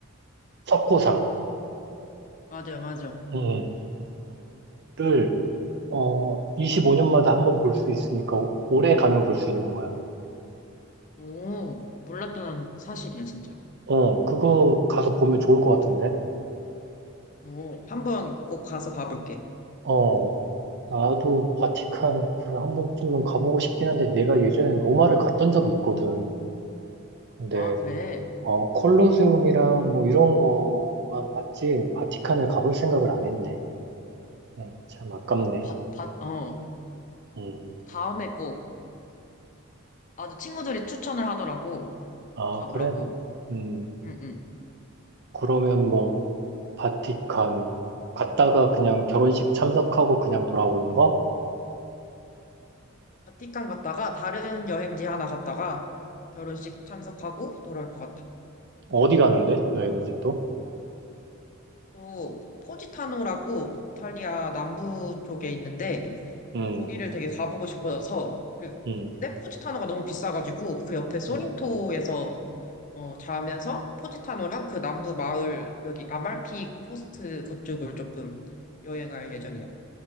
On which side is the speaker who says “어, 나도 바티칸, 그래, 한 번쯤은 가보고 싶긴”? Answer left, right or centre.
Right